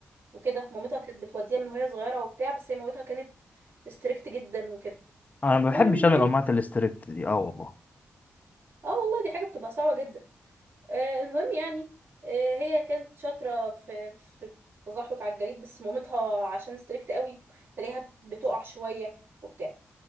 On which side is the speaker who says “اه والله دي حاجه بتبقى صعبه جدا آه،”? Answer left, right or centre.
Right